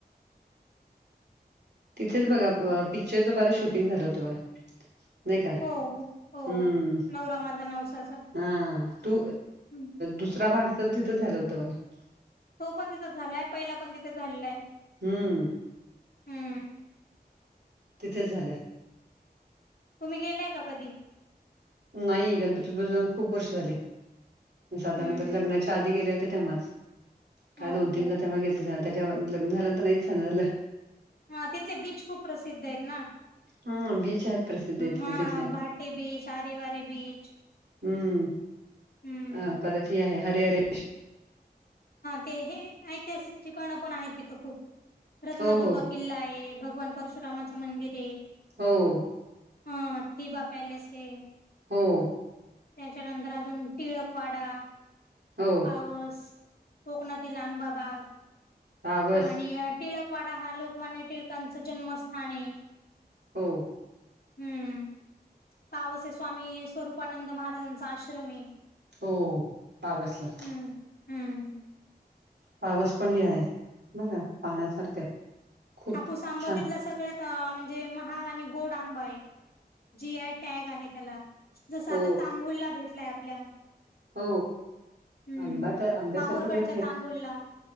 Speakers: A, on the right; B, on the left.
A: तिथेच बघा पिक्चरचं बरच शूटिंग झालं होतं. बघा नाही का
B: हो, हो, हो.
A: हम्म
B: नवरा माझा नवसाचा.
A: हा तू
B: हं.
A: दुसरा भागच तिथं झालं होतं बघा
B: तो पण तिथं झालाय पहिला पण तिथं झालेला आहे.
A: हम्म
B: हं.
A: तिथेच झालंय.
B: तुम्ही गेलाय का कधी?
A: नाही गणपती जाऊन खूप वर्ष झाली साधारणत
B: हं.
A: लग्नाच्या आधी गेले तेव्हाच काय दोन
B: ओके.
A: तीनदा तेव्हा गेलते, त्याच्यावर लग्न झाल्यानंतर नाही झालं
B: हा तिथले बीच खूप प्रसिद्ध आहेत ना
A: हा बीच आहेत प्रसिद्ध इथले
B: हा
A: तिथले
B: ते बीच, आरे वारे बीच.
A: हम्म
B: हं.
A: अ परत हे आहे हरे हरे
B: ते हे ऐतिहासिक ठिकाण पण आहेत तिथं खूप रत्नदुर्गा
A: हो हो
B: किल्ला आहे, भगवान परशुरामाचं मंदिर आहे.
A: हो
B: हा थिबा पॅलेस आहे.
A: हो
B: त्याच्यानंतर अजून टिळकवाडा.
A: हो
B: कोकणातील आंबा बाग
A: पावस
B: आणि टिळकवाडा हा लोकमान्य टिळकांच जन्मस्थान आहे.
A: हो
B: हम्म पावस स्वामी स्वरूपानंद महाराजांचा आश्रम आहे.
A: हो पावसला.
B: हम्म हम्म
A: पावस पण ह आहे बर पाहण्यासारखं. खूप
B: हापूस आंबा
A: छान
B: तिथला सगळ्यात म्हणजे महाग आणि गोड आंबा आहे. जी आय टॅग आहे त्याला जस
A: हो
B: आता तांबूलला भेटलाय आपल्या
A: हो
B: हम्म
A: आंब्या तर आंब्यासारखं
B: माहूरगडच्या तांबूलला